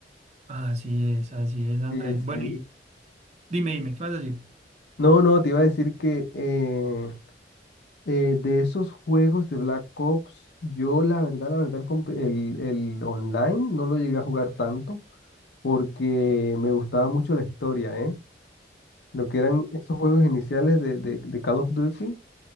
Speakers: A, on the right; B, on the left.
A: Así es, así es, Andrés.
B: Sí,
A: Bueno,
B: sí.
A: y dime, dime, ¿qué vas a decir?
B: No, no, te iba a decir que eh, eh, de esos juegos de Black Ops, yo la verdad, la verdad, el, comp- el- el online no lo llegué a jugar tanto porque me gustaba mucho la historia, ¿eh? Lo que eran esos juegos iniciales de, de, de Call of Duty,